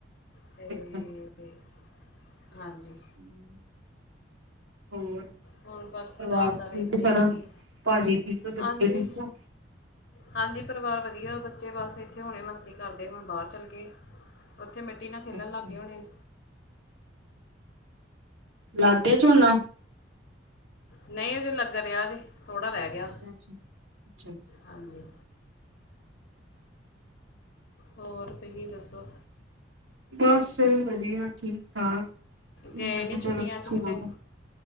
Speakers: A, on the left (about 50°); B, on the right (about 75°).
A: ਚਨੇ ਤੇ
B: ਅੱਛਾ
A: ਹਾਂਜੀ।
B: ਹੂੰ, ਹੋਰ
A: ਹੁਣ ਬਾਕੀ
B: ਪਰਿਵਾਰ
A: ਰਾਤ ਦਾ
B: ਠੀਕ
A: ਵੇਖਦੇ
B: ਐ ਸਾਰਾ,
A: ਆ ਕੀ
B: ਭਾਜੀ ਠੀਕ ਆ ਬੱਚੇ
A: ਹਾਂਜੀ।
B: ਠੀਕ ਆ?
A: ਹਾਂਜੀ ਪਰਿਵਾਰ ਵਧੀਆ ਬੱਚੇ ਬਸ ਇੱਥੇ ਹੁਣੇ ਮਸਤੀ ਕਰਦੇ ਹੁਣ ਬਾਹਰ ਚੱਲੇ ਗੇ। ਬੱਚੇ ਮਿੱਟੀ
B: ਅੱਛਾ
A: ਨਾ ਖੇਲਣ
B: ਅੱਛਾ
A: ਲੱਗ ਗੇ ਹੋਣੇ।
B: ਲੱਗ ਗੇ ਝੋਨਾ?
A: ਨਹੀਂ ਅਜੇ ਲੱਗ ਰਿਹਾ ਜੀ, ਥੋੜਾ ਰਹਿ ਗਿਆ।
B: ਅ ਅੱਛਾ, ਅੱਛਾ ਅੱਛਾ।
A: ਹਾਂਜੀ ਹੋਰ ਤੂੰ ਹੀ ਦੱਸੋ?
B: ਬਸ ਵਧੀਆ ਠੀਕ- ਠਾਕ, ਮੈਂ
A: ਗਏ
B: ਕਿਹਾ
A: ਨਹੀਂ
B: ਚਲੋ
A: ਛੁੱਟੀਆਂ 'ਚ
B: ਫੋ
A: ਕਿਤੇ